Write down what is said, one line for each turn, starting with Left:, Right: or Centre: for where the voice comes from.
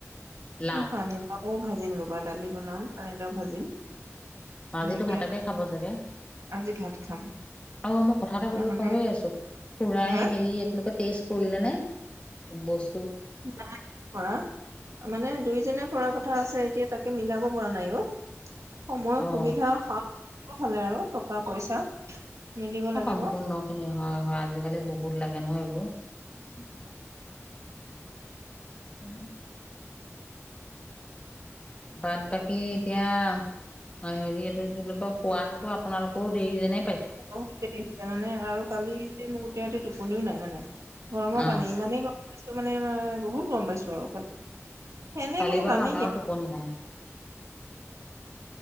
Left: লাও
Right: মই পানীলাও ভাজিম ৰ'বা দালি বনাম, পানীলাও ভাজিম।
Left: অ', আজিটো
Right: এনেকে
Left: ভাতকে খাব চাগে?
Right: আজি ভাত খাম
Left: অ', মই কথা এটা সুধিব
Right: তাৰ মানে
Left: পাহৰিয়ে আছোঁ, খুৰাই
Right: হা
Left: হেৰি <unintelligible> টেষ্ট কৰিলেনে? বচ
Right: নাই কৰা, মানে দুইজনে কৰা কথ থা, আছে এতিয়া তাকে মিলাব পৰা নাই‌ অ', সময়
Left: অ
Right: সুবিধা ফালে আৰু টকা, পইচা মিলিব লাগিব
Left: সম্পূৰ্ণখিনি হয়, হয়, আজিকালি বহুত লাগে নহয়, এইবোৰ।
Right: উম। উম
Left: বাত বাকী এতিয়া অ', হেৰি এইটো কি বুলি কয় খোৱাটোতো আপোনালোকৰো দেৰি যেনে
Right: বহুত দেৰি হৈছে মানে আৰু কালি ৰাতি মোৰ গোটেই ৰাতিতে টোপনিও নাই মানে। গৰমৰ
Left: অ
Right: কাৰণে ইমানেই গৰম পাইছো মানে বহুত গৰম পাইছো আৰু কালি। ফেনে
Left: কালি
Right: কোনো
Left: বাৰু
Right: কামেই
Left: আমাৰ
Right: দিয়া
Left: টোপনি নাই।